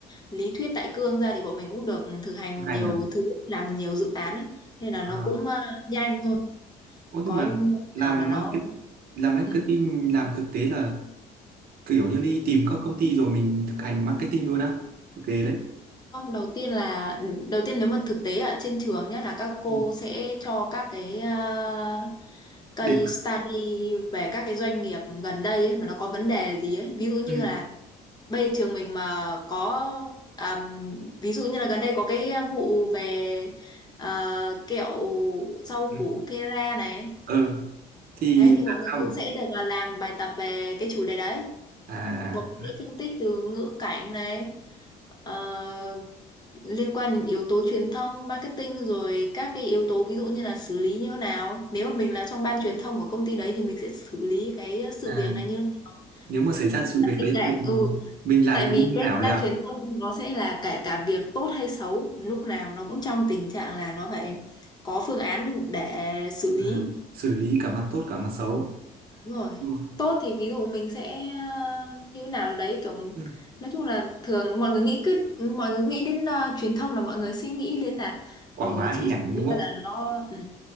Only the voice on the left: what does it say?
lý thuyết đại cương ra thì bọn mình cũng được thực hành
nhiều
thứ, làm nhiều dự án ấy. Nên là
nó cũng ờ, nhanh thôi.
Có
nào mà nó
ừ.
Không, đầu tiên là đầu tiên nếu mà thực tế ở trên trường nhé là các cô
sẽ cho các cái ờ, case
study về các cái doanh nghiệp gần đây ấy, mà nó có vấn đề gì ấy ví dụ như
là bây giờ trường mình mà có à, ví dụ như là gần đây có cái vụ về à, kẹo rau
củ Kera này
đấy thì bọn
mình
cũng sẽ được à, làm bài tập về cái chủ đề đấy
bọn mình sẽ phân tích từ ngữ cảnh này ờ, liên quan đến yếu tố truyền thông marketing rồi các cái yếu tố ví dụ như là xử lý như thế nào nếu mà mình là trong ban truyền thông của công ty đấy thì mình sẽ xử lý cái sự
việc này như thế nào
kể
cả
ừ
tại vì
bên
ban
truyền thông nó sẽ là cả cả việc tốt hay xấu lúc nào nó cũng trong tình trạng là nó phải có phương án để xử
lý
đúng rồi
tốt thì ví dụ mình sẽ ờ, như thế nào đấy kiểu
nói chung là thường mọi người nghĩ cứ mọi người nghĩ đến ờ, truyền thông là mọi người suy nghĩ đến là
ờ
chỉ
nghĩ
ra là nó ừ